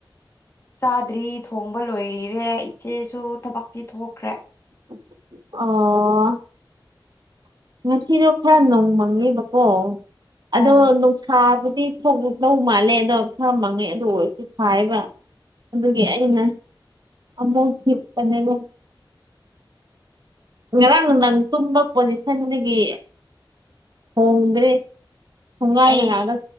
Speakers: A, on the left; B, on the right.
A: ꯆꯥꯗ꯭ꯔꯤ ꯊꯣꯡꯕ ꯂꯣꯏꯔꯦ ꯏꯆꯦꯁꯨ ꯊꯕꯛꯇꯤ ꯊꯣꯛꯈ꯭ꯔꯦ
B: ꯑꯣ ꯉꯁꯤꯗꯣ ꯈꯔ ꯅꯣꯡꯃꯪꯉꯦꯕꯀꯣ ꯑꯗꯣ
A: ꯑꯣ
B: ꯅꯨꯡꯁꯥꯕꯨꯗꯤ ꯊꯣꯛꯂꯛꯇꯧ ꯃꯥꯜꯂꯦ ꯑꯗꯣ ꯈꯔ ꯃꯪꯉꯦ ꯑꯗꯨ ꯑꯣꯏꯔꯁꯨ ꯁꯥꯏꯌꯦꯕ ꯑꯗꯨꯒꯤ ꯑꯩꯅ ꯑꯃꯨꯛ ꯍꯤꯞꯄꯅꯦꯕ ꯉꯔꯥꯡ ꯅꯪ ꯇꯨꯝꯕ ꯄꯣꯖꯤꯁꯟꯗꯒꯤ ꯍꯣꯡꯗ꯭ꯔꯦ ꯊꯣꯡꯒꯥꯜ
A: ꯑꯩ
B: ꯌꯦꯡꯉꯥꯒ